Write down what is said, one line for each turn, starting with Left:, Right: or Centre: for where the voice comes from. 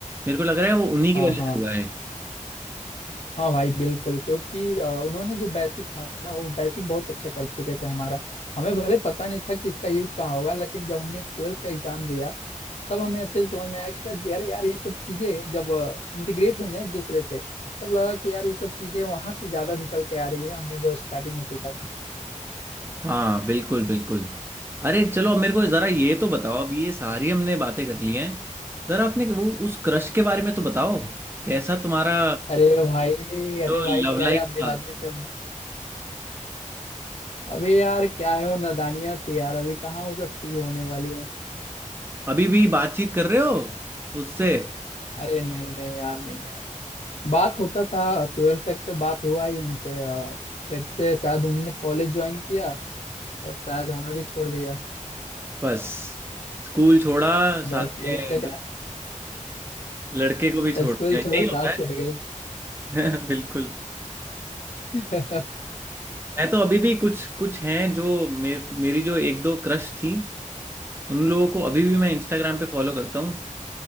Right: मेरे को लग रहा है वो उन्हीं की
Left: हाँ
Right: वजह
Left: हाँ
Right: से हुआ
Left: हाँ भाई बिल्कुल क्योंकि अ, उन्होंने जो बेसिक था ना वो बेसिक बहुत अच्छा कर चुके थे हमारा हमें भले पता नहीं था कि इसका यूज कहाँ होगा लेकिन जब हमने ट्वेल्थ का एग्जाम दिया तब हमें अच्छे से समझ में आया कि यार यार ये सब चीजें जब इंटीग्रेट हुई ना एक दूसरे से तब लगा कि यार ये सब चीजें वहां से ज्यादा निकल के आ रही है हमने जो स्टार्टिंग में सीखा था
Right: हाँ बिल्कुल बिल्कुल अरे चलो अब मेरे को जरा ये तो बताओ अब ये सारी हमने बातें कर ली हैं जरा आपने वो उस क्रश के बारे में तो बताओ कैसा तुम्हारा
Left: अरे भाई अरे
Right: जो
Left: भाई
Right: लव
Left: क्या
Right: लाइफ
Left: याद दिला
Right: था
Left: दिए तुम अभी यार क्या है वो नादानियां थी यार अभी कहाँ वो सब चीजें होने वाली है
Right: अभी भी बातचीत कर रहे हो उससे
Left: अरे नहीं नहीं यार नहीं यार बात होता था ट्वेल्थ तक तो बात हुआ ही उनसे अ, फिर से शायद उन्होंने कॉलेज ज्वाइन किया और शायद हमें भी छोड़ दिया
Right: बस स्कूल छोड़ा
Left: बस
Right: साथ
Left: यही
Right: में
Left: टकरा
Right: जो लड़के को भी छोड़
Left: स्कूल
Right: दिया यही
Left: छोड़ा
Right: होता
Left: साथ छूट गई
Right: है <laughs> बिल्कुल
Left: <laughs>
Right: मैं तो अभी भी कुछ कुछ हैं जो मेर, मेरी जो एक दो क्रश थी उन लोगों को अभी भी मैं इंस्टाग्राम पे फॉलो करता हूँ